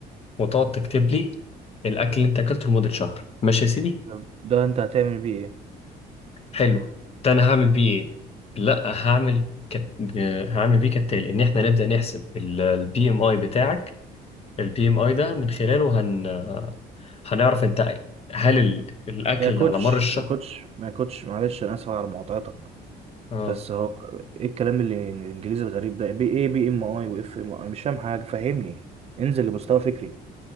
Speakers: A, on the left (about 35°); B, on the right (about 40°).
A: وتقعد تكتب لي الاكل اللي انت اكلته لمده شهر ماشي يا سيدي
B: طب ده انت هتعمل بيه ايه
A: حلو ده انا هعمل بيه ايه لا هعمل كت... هعمل بيه كالتالي ان احنا نبدا نحسب البي ام اي بتاعك البي ام اي ده من خلاله هن هنعرف انت هل ال... الاكل
B: يا كوتش
A: اللي على مر الشهر
B: يا كوتش ما يا كوتش معلش انا اسف على مقاطعتك
A: اه
B: بس هو ايه الكلام اللي الانجليزي الغريب ده بي ايه بي ام اي واف ام اي؟ انا مش فاهم حاجه فهمني انزل لمستوى فكري